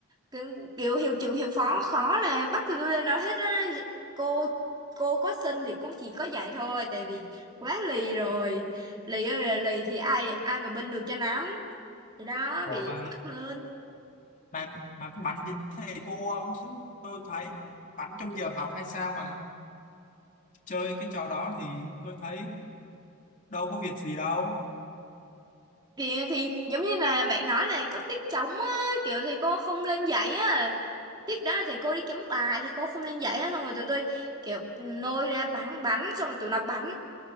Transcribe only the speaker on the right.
kiểu, kiểu hiệu trưởng hiệu phó khó là bắt tụi tôi lên nói hết á cô cô có xin thì cũng chỉ có dạy thôi tại vì quá lì rồi lì ơi là lì thì ai ai mà binh được cho nắm thì đó
bị
bắt lên
kìa thì giống như là bạn nói là có tiết trống á kiểu thì cô không lên dạy á tiết đó là thầy cô đi chấm bài thì cô không lên dạy á xong rồi tụi tôi kiểu nôi ra bắn bánh xong rồi tụi nó bắn